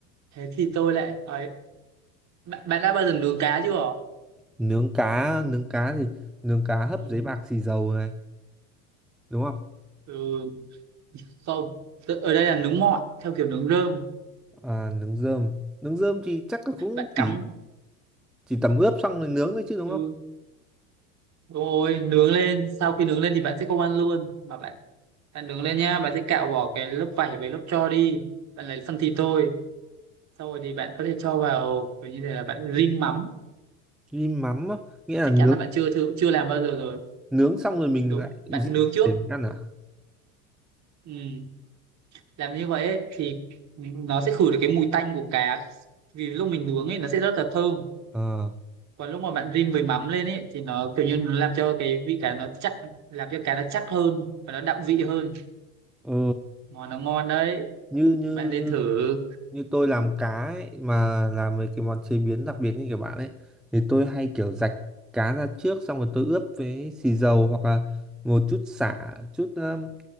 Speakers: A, on the right; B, in the centre.
A: thế thì tôi lại ấy, bạn, bạn đã bao giờ nướng cá chưa
B: Nướng cá, nướng cá thì nướng cá hấp
A: ừ,
B: giấy bạc xì dầu này, đúng không?
A: ừ không Tự- ở đây là nướng mọi theo kiểu nướng rơm
B: À, nướng rơm, nướng rơm thì chắc là cũng
A: bạn cắm
B: chỉ chỉ tẩm ướp xong rồi nướng thôi chứ đúng
A: ừ
B: không?
A: đúng rồi nướng lên sau khi nướng lên thì bạn sẽ không ăn luôn mà bạn bạn nướng lên nhá bạn sẽ cạo bỏ cái lớp vảy với lớp tro đi bạn lấy phần thịt thôi sau rồi thì bạn có thể cho vào kiểu như thế là bạn rim mắm
B: Rim mắm á, nghĩa
A: chắc
B: là nướng
A: chắn là bạn chưa thử chưa làm bao giờ rồi
B: nướng xong rồi mình
A: đúng
B: lại giết
A: bạn nướng trước
B: để mình ăn à?
A: ừ. làm như vậy ấy, thì nó sẽ khử được cái mùi tanh của cá vì lúc mình nướng ấy nó sẽ rất là thơm
B: Ờ,
A: còn lúc mà bạn rim với mắm lên ấy thì nó kiểu như nó làm cho cái vị cá nó chắc làm cho cá nó chắc hơn và nó đậm vị hơn
B: ờ,
A: món nó ngon đấy
B: như như
A: bạn nên
B: như
A: thử
B: như tôi làm cá ấy, mà làm mấy cái món chế biến đặc biệt như kiểu bạn ấy thì tôi hay kiểu rạch cá ra trước xong rồi tôi ướp với xì dầu hoặc là một chút sả chút um,